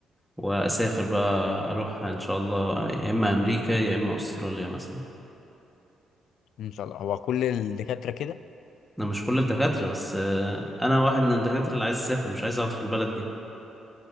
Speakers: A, in the centre; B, on the left.
A: واسافر بقى
B: امم
A: اروح ان شاء الله يا اما امريكا يا اما استراليا مثلا
B: ان شاء الله هو كل الدكاتره كده
A: انا مش كل الدكاترة بس آه، انا واحد من الدكاترة اللي عايز اسافر مش عايز اقعد في البلد دي